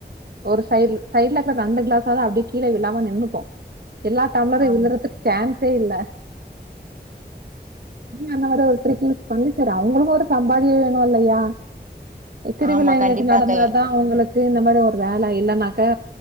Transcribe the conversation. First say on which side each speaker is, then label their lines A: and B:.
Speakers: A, on the right; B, on the right.
A: ஒரு சைடு சைட்லக்கற ரெண்டு கிளாஸாவது அப்டியே கீழ விழாம நின்னுக்கு எல்லா டம்ளரு
B: ஆமா
A: விழுறதுக்கு சான்ஸே இல்ல அவுங்க என்ன மாரி ஒரு ட்ரிக் யூஸ் பண்ணி செரி அவங்களுக்கு ஒரு சம்பாத்தியோ வேணு இல்லையா திருவிழா
B: ஆமா
A: எங்கயாச்சு
B: கண்டிப்பாக்கா
A: நடந்தா தா அவுங்களுக்கு இந்த மாரி ஒரு வேல இல்லன்னாக்க